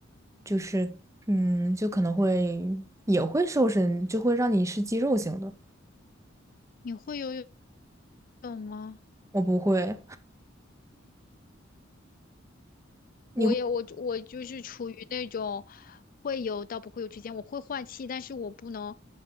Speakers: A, on the right; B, on the left.
A: 就是，嗯，就可能会也会瘦身，就会让你是肌肉型的。
B: 你会游泳？懂吗？
A: 我不会，你会
B: 我也我就我就是处于那种会游到不会游之间，我会换气，但是我不能